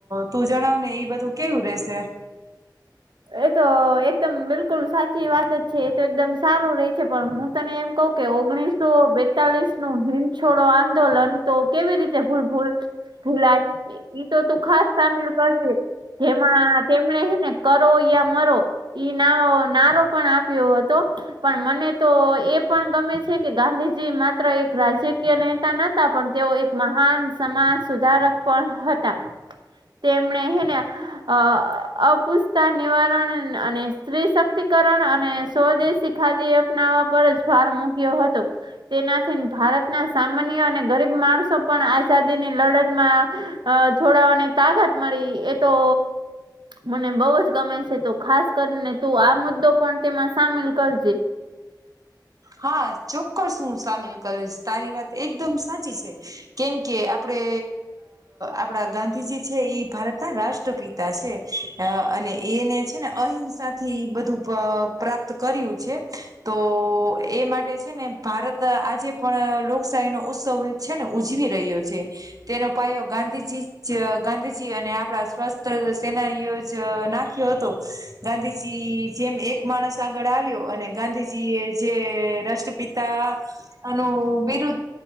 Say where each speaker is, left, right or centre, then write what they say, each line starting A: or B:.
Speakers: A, on the right; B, on the right.
A: તું જણાવ ને, એ બધું કેવું રેશે?
B: એ તો એકદમ બિલકુલ સાચી વાત જ છે એ તો એકદમ સારું રે છે પણ હું તને એમ કઉ કે ઓગણીસો બેતાલીસ નું હિમછોડો આંદોલન તો કેવી રીતે ભૂલ ભૂલ ગુલા ઈ તો તું ખાસ સામેલ કરીજે જેમાં તેમણે હે ને કરો યા મરો ઈ નારો પણ આપ્યો હતો પણ મને તો એ પણ ગમે છે કે ગાંધીજી માત્ર એક રાજકીય નેતા પણ તેઓ એક મહાન સમાજ સુધારક પણ હતા તેમણે હેને અ અપુસ્તા નિવારણ અને સ્ત્રી શક્તિકરણ અને સ્વદેશી ખાદી અપનાવવા પર જ ભાર મૂક્યો હતો તેનાથી ભારતના સામાન્ય અને ગરીબ માણસો પણ આઝાદીની લડતમાં અ જોડાવાની તાકાત મળી એ તો મને બઉુ જ ગમે છે તો ખાસ કરીને તું આ મુદ્દો પણ તેમાં સામેલ કરજે
A: હા ચોક્કસ હું સામેલ કરીશ તારી વાત એકદમ સાચી છે કેમ કે આપડે આપણા ગાંધીજી છે ભારતના રાષ્ટ્રપિતા છે અ અને એને છે ને અહિંસા થી બધું પ્રાપ્ત કર્યું છે તો એ માટે છે ને ભારત આજે પણ લોકશાહીનોો ઉત્સવ છે ને ઉજવી રહ્યો છે તેનો પાયો ગાંધીજી ગાંધીજી અને આપણા સ્વસ્થ સેનાનીઓ જ ના ગાંધીજી જેમ એક માણસ આગળ આવ્યો અને ગાંધીજી એ જે રાષ્ટ્રપિતા અનેનું બિરુદ